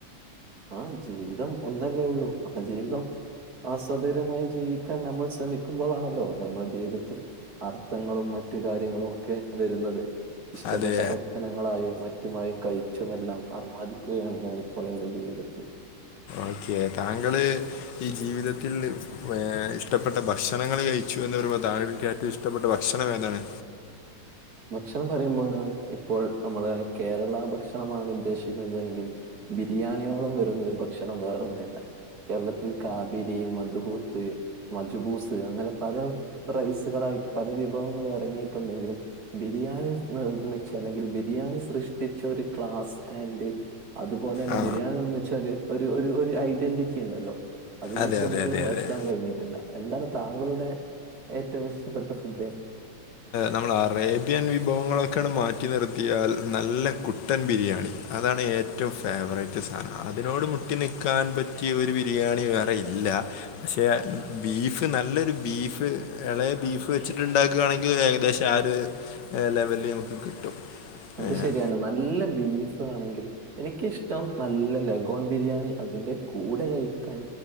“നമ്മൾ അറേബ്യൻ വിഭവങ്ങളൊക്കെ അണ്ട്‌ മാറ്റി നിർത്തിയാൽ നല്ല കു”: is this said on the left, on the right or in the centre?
Left